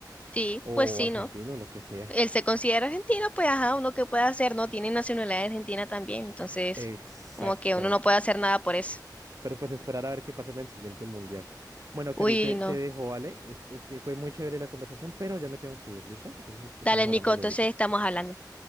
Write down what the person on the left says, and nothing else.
Sí,
pues sí,
¿no?
Él se considera argentino, pues ajá, uno que puede hacer, ¿no? Tiene nacionalidad argentina también, entonces
como que uno no puede hacer nada por eso.
Uy,
no.
Dale,
Nico, entonces
estamos hablando.